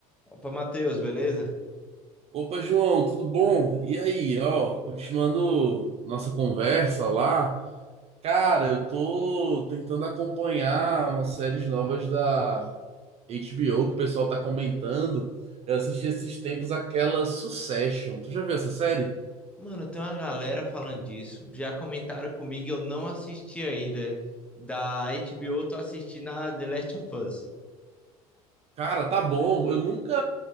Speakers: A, in the centre; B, on the right (about 35°).
A: Opa, Matheus, beleza?
B: Opa, João, tudo bom? E aí, ó, continuando nossa conversa lá. Cara, eu tô tentando acompanhar umas séries novas da HBO que o pessoal tá comentando. Eu assisti esses tempos aquela Succession. Tu já viu essa série?
A: Mano, tem uma galera falando disso. Já comentaram comigo, e eu não assisti ainda. Da HBO, eu tô assistindo a The Last of Us.
B: Cara, tá bom. Eu nunca